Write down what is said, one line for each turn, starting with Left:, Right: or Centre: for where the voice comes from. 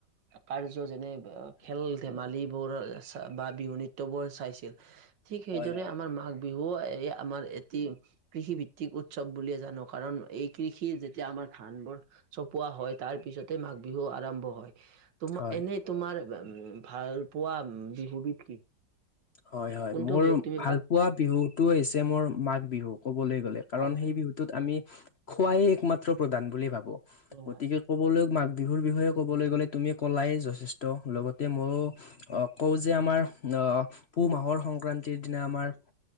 Right: কাৰ্য যেনে খেল-ধেমালিবোৰ বা বিহু নৃত্যবোৰ চাইছিল। ঠিক সেইদৰে
Left: হয়
Right: আমাৰ মাঘ বিহু, এ আমাৰ এটি কৃষিভিত্তিক উৎসৱ বুলিয়ে জানো, কাৰণ এই কৃষি যেতিয়া আমাৰ ধানবোৰ চপোৱা হয়, তাৰ পিছতে মাঘ বিহু আৰম্ভ হয়। তোমাৰ,
Left: হয়।
Right: এনেই তোমাৰ ভাল পোৱা বিহুবিধ কি?
Left: হয়-হয়,
Right: কোনটো
Left: মোৰ
Right: বিহুক তুমি
Left: ভাল পোৱা বিহুটো হৈছে মোৰ মাঘ বিহু, ক'বলৈ গলে। কাৰণ
Right: হয় হয়
Left: সেই বিহুটোত আমি খোৱাই একমাত্ৰ প্ৰধান বুলি ভাবো,
Right: হয়
Left: গতিকে ক'বলৈ মাঘ বিহুৰ বিষয়ে ক'বলৈ গ'লে তুমি ক'লাই যথেষ্ট, লগতে মইয়ো কওঁ যে আমাৰ আহ, পুহ মাহৰ সংক্ৰান্তিৰ দিনা আমাৰ